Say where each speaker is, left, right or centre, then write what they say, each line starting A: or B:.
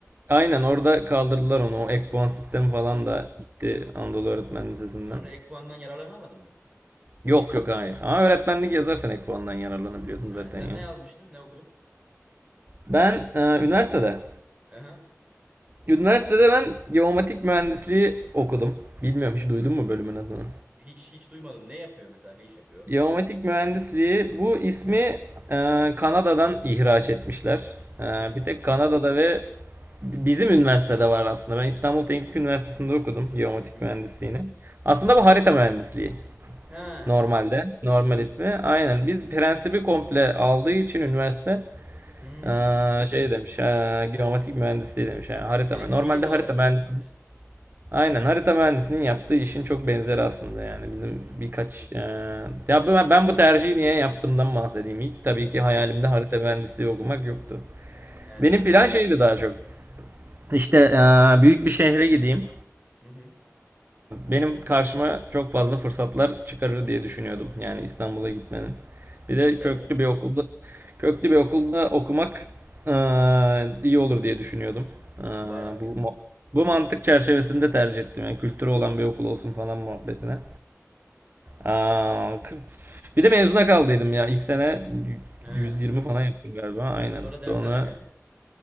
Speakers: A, on the right; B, on the right.
A: Aynen orada kaldırdılar onu. O ek puan sistemi
B: He.
A: falan da gitti Anadolu Öğretmen Lisesi'nden.
B: Sonra ek puandan yararlanamadın mı?
A: Yok yok hayır. Ama öğretmenlik yazarsan ek puandan yararlanabiliyordun
B: He.
A: zaten
B: Sen
A: ya.
B: ne yazmıştın? Ne okudun?
A: Ben e, üniversitede.
B: Aha.
A: Üniversitede ben geomatik mühendisliği okudum. Bilmiyorum hiç duydun mu bölümün adını?
B: Hiç hiç duymadım. Ne yapıyor mesela? Ne iş yapıyor?
A: Geomatik mühendisliği bu ismi e, Kanada'dan ihraç etmişler. E,
B: Hmm.
A: bir tek Kanada'da ve bizim üniversitede var aslında. Ben İstanbul Teknik Üniversitesi'nde okudum geomatik
B: Hı hı.
A: mühendisliğini. Aslında bu harita mühendisliği
B: Ha.
A: normalde. Normal ismi. Aynen. Biz prensibi komple aldığı için üniversite
B: Hmm.
A: Aa, şey demiş, aa, geomatik mühendisliği demiş. Yani harita
B: Direkt
A: mü- Normalde
B: bilim olarak
A: harita
B: alıyorsunuz
A: mühendisinin,
B: yani.
A: aynen harita mühendisinin yaptığı işin çok benzeri aslında yani. Bizim
B: Hmm.
A: birkaç, aa, ya bu- ben bu tercihi niye yaptığımdan bahsedeyim. İlk tabii
B: E,
A: ki
B: Olur
A: hayalimde
B: olur.
A: harita mühendisliği okumak yoktu.
B: He.
A: Benim plan şeydi daha çok. İşte aa, büyük bir şehre gideyim
B: Hı hı.
A: benim karşıma çok fazla fırsatlar çıkarır diye düşünüyordum. Yani İstanbul'a gitmenin. Bir de
B: E tabii.
A: köklü bir okulda köklü bir okulda okumak aa, iyi olur diye düşünüyordum.
B: İTÜ
A: Aa,
B: bayağı köklü.
A: bu mo- bu mantık çerçevesinde tercih
B: Hı hı.
A: ettim. Yani kültürü olan bir okul olsun falan muhabbetine.
B: Hı hı.
A: Aa, k- bir de mezuna kaldıydım ya. İlk sene
B: He.
A: 120 falan yaptım galiba. Aynen.
B: Sonra dershane
A: Sonra
B: mi yaptın?